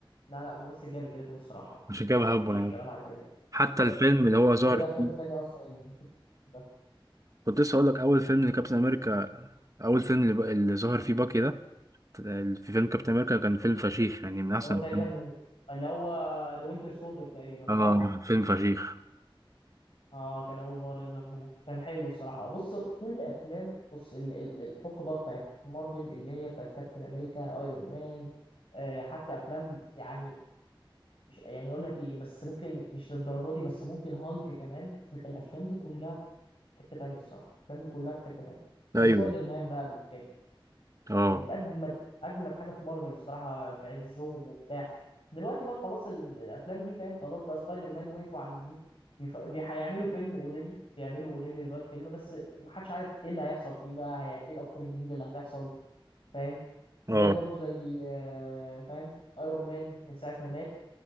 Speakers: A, on the left (about 80°); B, on the right (about 35°).
A: لا لا ممثل جامد كده كده الصراحه
B: عشان كده بحبه
A: مفيش
B: يعني
A: كلام على كده يعني
B: حتى
A: ف-
B: الفيلم اللي هو ظهر
A: انت ايه الافلام
B: فيه
A: التانيه اصلا اللي ممكن تحبها
B: كنت لسه هقول لك أول فيلم لكابتن أمريكا أول فيلم اللي, اللي ظهر فيه باكي ده في فيلم كابتن أمريكا كان فيلم فشيخ يعني من أحسن
A: اللي هو تقريبا
B: الفيلم
A: اللي هو ذا وينتر سولدر تقريبا
B: اه
A: صح
B: فيلم فشيخ
A: اه كان اول مره يظهر في ده كان حلو الصراحه بص كل افلام بص ال- ال- الحقبه بتاعت مارفل اللي هي بتاعت كابتن امريكا ايرون مان آه حتى افلام يعني مش يعني اقول لك ايه بس ممكن مش للدرجه دي بس ممكن هالك كمان الافلام دي كلها في حته تانية الصراحه الافلام دي كلها في حته تانية
B: أيوة
A: بسبايدر مان بقى بالحاجات
B: اه
A: دي كانت اجمد اجمد حاجه في مارفل الصراحه في عزهم وبتاع دلوقتي بقى خلاص ال- الافلام دي فاهم خلاص بقى سبايدر مان وقفوا عند دي بيف- بي- هيعملوا فيلم اوريدي بيعملوا اوريدي دلوقتي فيلم بس محدش عارف ايه اللي هيحصل فيه بقى هي... ايه الافكار الجديده اللي هتحصل فاهم
B: اه
A: زي برضو زي آه، فاهم ايرون مان من ساعه ما مات